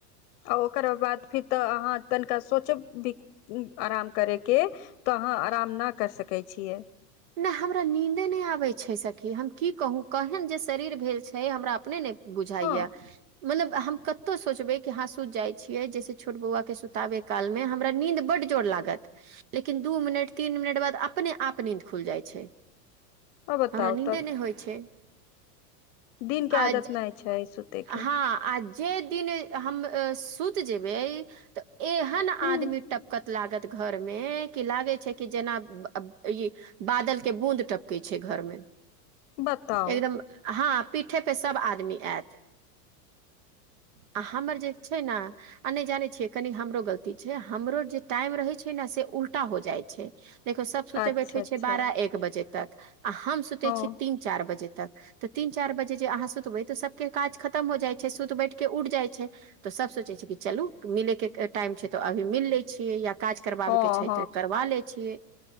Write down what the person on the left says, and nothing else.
आ ओकर बाद फिर तऽ अहाँ तनिका सोचब भी आराम करयके तऽ अहाँ आराम न कर सकै छियै
हँ
आ बताउ
तऽ
दिनके
आदत नहि छै सुतयके
ह
बताउ
अच्छा
अच्छा
हँ
हँ